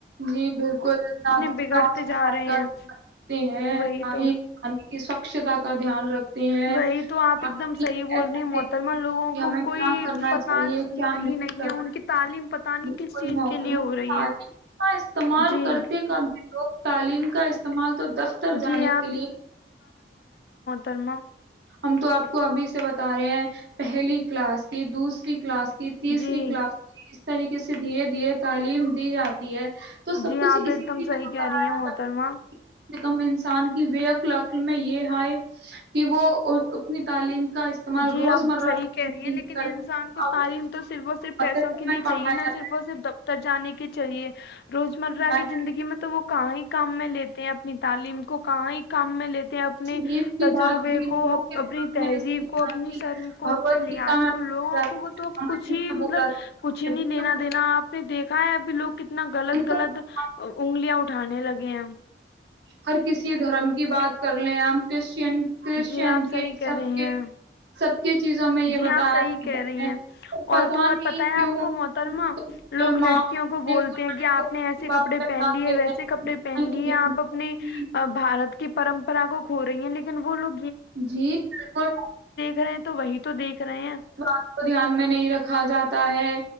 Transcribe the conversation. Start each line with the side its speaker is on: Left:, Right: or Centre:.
Right: جی بالکل نہ تو صاف
Left: بگڑتے
Right: صفائی
Left: جا رہے
Right: کا دھیان
Left: ہیں
Right: رکھتے ہیں
Left: وہی
Right: نہ
Left: تو
Right: ہی پانی کی سخ اکتا کا دھیان رکھتے ہیں
Left: وہی تو آپ
Right: نہ
Left: ایک
Right: ہی
Left: دم صحیح
Right: ایسا
Left: بول رہے محترمہ
Right: دیکھتے ہیں
Left: لوگوں
Right: کہ ہمیں
Left: کو
Right: کیا
Left: کوئی
Right: کرنا
Left: پتا
Right: چاہیے
Left: نہیں
Right: کیا
Left: نہیں
Right: کرنا
Left: ہے ان کی تعلیم پت
Right: ہے۔
Left: نہیں
Right: بالکل
Left: کس چیز
Right: محترمہ
Left: کے لیے ہو رہی
Right: تعلیم
Left: ہے
Right: کا استعمال
Left: جی
Right: کرتے کا بھیوگ تعلیم کا استعمال تو دفتر جانے
Left: جی
Right: کے لیے
Left: کررما
Right: ہم تو آپ کو ابھی سے بتا رہے ہیں پہلی کلاس کی دوسری کلاس کی تیسری
Left: جی
Right: کلاس طریقے سے دھیرے دھیرے تعلیم دی جاتی تی ہے تو سب
Left: جی
Right: کچھ
Left: آپ
Right: اسی
Left: ایک دم
Right: لیے
Left: صحیح
Right: تو
Left: کہہ
Right: کرایا
Left: رہی ہیں محترما
Right: جاتا ہے کہ کم کم انسان کی بیق عقل میں یہ ہےئے کہ وہ اپنی تعلیم کا استعمال
Left: جی
Right: روزمرہ
Left: آپ صحیح
Right: کی
Left: کہہ
Right: زندگی
Left: رہی ہیں
Right: میں
Left: لیکن
Right: کریں
Left: انسان کو
Right: اور
Left: تعلیم تو صرف اور صرف پیسوں
Right: اگر ہمیں
Left: کے لیے
Right: پڑھایا
Left: چاہیے نہ صرف اور صرف دفتر جانے کی چاہیے روز مرہ کی
Right: جائے،
Left: زندگی میں تو وہ کہاں ہی کام میں لیتے ہیں اپنی تعلیم کو کہاں ہی کام میں لیتے ہیں اپنے
Right: سیپ کی
Left: تجربے
Right: بات بھی لوگوں
Left: کو اپنی
Right: کے دماغ
Left: تہذیب
Right: میں ایسا نہیں
Left: کو اپنی
Right: آتی
Left: شرم کو
Right: بھگوت
Left: اپنے لحاظ
Right: گیتا میں
Left: کو لوگوں
Right: بولا جاتا ہے،
Left: کو وہ تو
Right: رامائن
Left: کچھ
Right: میں
Left: ہی مطلب
Right: بولا جاتا
Left: کچھ ہی
Right: ہے،
Left: نہیں
Right: وشنو
Left: لینا دینا آپ نے دیکھا ہے ابھی لوگ کتنا غلط
Right: ان کا
Left: غلط انگلیاں اٹھانے لگے ہیں
Right: ہر کسی دھرم کی بات کر لیں آپ کرشچین کرسچین
Left: جی آپ صحیح
Right: کے
Left: کہہ
Right: سب
Left: رہی
Right: کے
Left: ہیں
Right: سب کے چیزوں میں یہ
Left: جی
Right: بتایا
Left: آپ صحیح
Right: جاتا
Left: کہہ رہی
Right: ہے
Left: ہیں
Right: پتا
Left: اور تو اور
Right: نہیں
Left: پت ہے
Right: کیوں
Left: آپ کو محترما
Right: مسلمان
Left: لوگ لڑکیوں
Right: اپنے
Left: کو بولتے
Right: قرآن
Left: ہیں کہ آپ
Right: کریم
Left: نے ایسے
Right: کی بات
Left: کپڑے
Right: پہ
Left: پہن
Right: دھیان
Left: لیے
Right: دے
Left: ہے ویسے
Right: رہے
Left: کپڑے پہن
Right: ہیں
Left: لی ہے آپ اپنے کی پرمپرا کو کھو رہی ہے لیکن وہ لو
Right: جی بالکل
Left: رہے ہیں تو وہی تو دیکھ رہے ہیں
Right: بات کو دھیان میں نہیں رکھا جاتا ہے